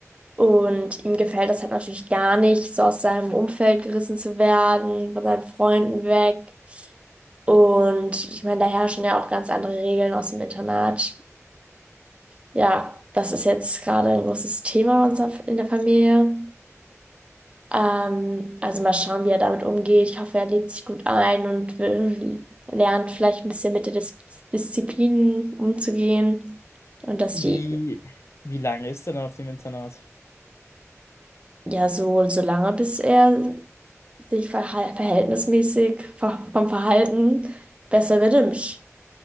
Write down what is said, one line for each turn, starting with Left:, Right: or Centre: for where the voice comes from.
Right: Und ihm gefällt das halt natürlich gar nicht, so aus seinem Umfeld gerissen zu werden, von seinen Freunden weg. Und ich meine, da herrschen ja auch ganz andere Regeln aus dem Internat. Ja, das ist jetzt gerade ein großes Thema bei uns in der Familie. Ähm, also mal schauen, wie er damit umgeht. Ich hoffe, er lebt sich gut ein und will, lernt vielleicht ein bisschen mit der Dis Disziplin umzugehen. Und dass
Left: Wie,
Right: die
Left: wie lange ist er denn auf dem Internat?
Right: ja so, so lange, bis er sich verhal verhältnismäßig ver vom Verhalten besser benimmt.